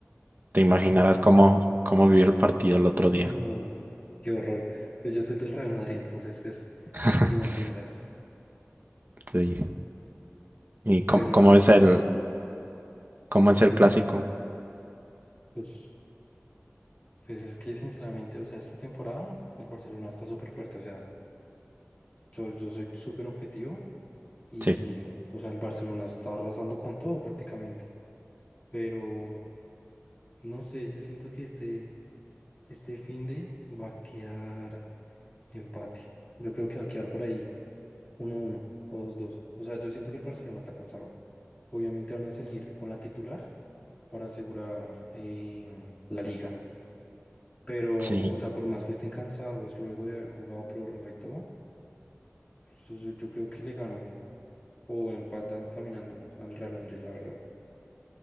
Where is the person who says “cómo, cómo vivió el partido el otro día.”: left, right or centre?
Right